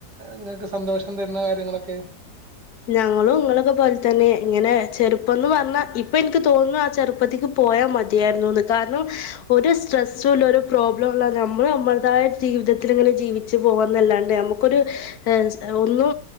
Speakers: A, on the right; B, on the left.
A: നിങ്ങൾക്ക് സന്തോഷം തരുന്ന കാര്യങ്ങളൊക്കെ
B: ഞങ്ങളും ഇങ്ങളൊക്കെ പോലെ തന്നെ ഇങ്ങനെ ചെറുപ്പംന്ന് പറഞ്ഞാ ഇപ്പൊ ൻക്ക് തോന്നുന്നു ആ ചെറുപ്പത്തിക്ക് പോയാ മതിയായിരുന്നുന്ന് കാരണം ഒരു സ്ട്രെസ്സുംല്ല ഒരു പ്രോബ്ലംല്ല നമ്മള് നമ്മൾതായ ജീവിതത്തിൽ ഇങ്ങനെ ജീവിച്ച് പോകന്നല്ലാണ്ട് നമുക്കൊരു എ ഒന്നും